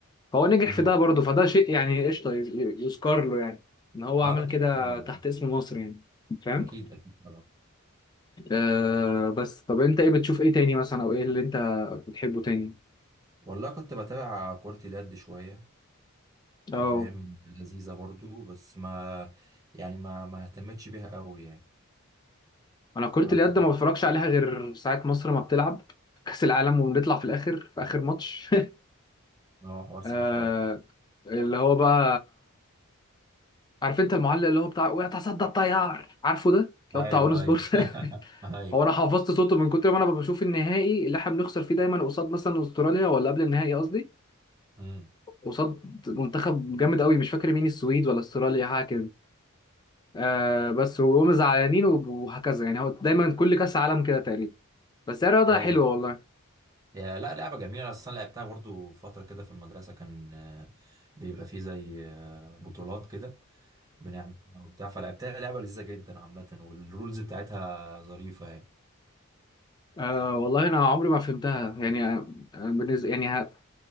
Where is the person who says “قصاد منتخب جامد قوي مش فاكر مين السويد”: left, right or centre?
Left